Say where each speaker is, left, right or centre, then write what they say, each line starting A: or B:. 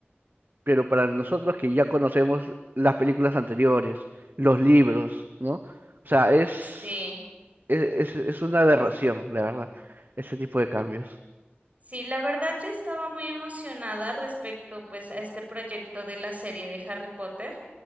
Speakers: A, on the right; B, on the right.
A: Pero para nosotros que ya conocemos las películas anteriores, los libros, ¿no? O sea, es,
B: Sí.
A: es, es es una aberración, la verdad, ese tipo de cambios.
B: Sí, la verdad yo estaba muy emocionada respecto pues a este proyecto de la serie de Harry Potter,